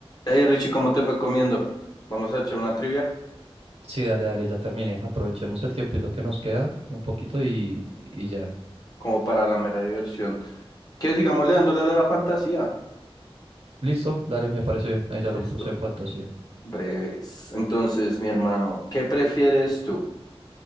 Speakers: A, on the left (about 40°); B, on the right (about 80°).
A: Hey Richie, ¿cómo te fue comiendo? Vamos a echar una trivia
B: Sí, dale, dale, ya terminé. Aprovechemos el tiempito que nos queda un poquito y, y ya.
A: como para la mera diversión. Que sigamos le dándole a la fantasía.
B: Listo, dale, me parece bien. Ahí ya
A: Listo,
B: lo puse en fantasía.
A: breves. Entonces, mi hermano, ¿qué prefieres tú?